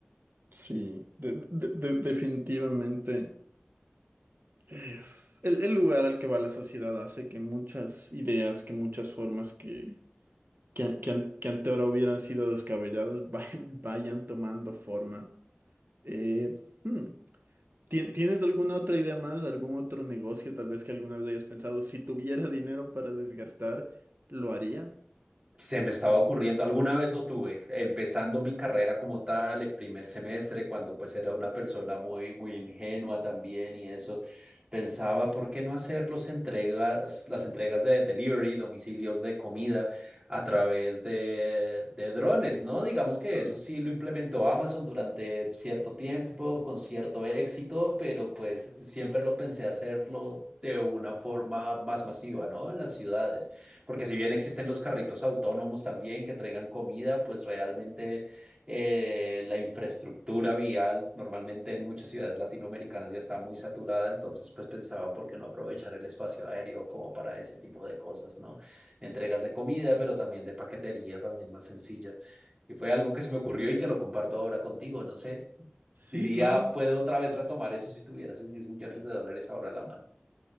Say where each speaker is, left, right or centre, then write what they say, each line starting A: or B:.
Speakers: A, on the right; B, on the right.
A: Sí, de- de- de- definitivamente eh, el, el lugar al que va la sociedad hace que muchas ideas, que muchas formas que, que, que, an- que ante ahora hubieran sido descabelladas va- <laughs> vayan tomando forma. Eh, hmm. ¿Tien- ¿Tienes alguna otra idea más, algún otro negocio tal vez que alguna vez hayas pensado? Si tuviera dinero para desgastar, ¿lo haría?
B: Se me estaba ocurriendo, alguna vez lo tuve, empezando mi carrera como tal, el primer semestre, cuando pues era una persona muy, muy ingenua también y eso, pensaba, ¿por qué no hacer los entregas, las entregas de delivery, domicilios de comida a través de, de drones, ¿no? Digamos que
A: Hmm,
B: eso sí lo implementó Amazon durante cierto tiempo, con cierto éxito, pero pues siempre lo pensé hacerlo de una forma más masiva, ¿no? En las ciudades porque si bien existen los carritos autónomos también que traigan comida, pues realmente eh, la infraestructura vial normalmente en muchas ciudades latinoamericanas ya está muy saturada, entonces pues pensaba por qué no aprovechar el espacio aéreo como para ese tipo de cosas, ¿no? Entregas de comida, pero también de paquetería, también más sencilla. Y fue algo que se me ocurrió y que lo comparto ahora contigo, no sé,
A: Sí,
B: diría,
A: no,
B: puedo otra vez retomar eso si tuvieras esos 10 millones de dólares ahora a la mano.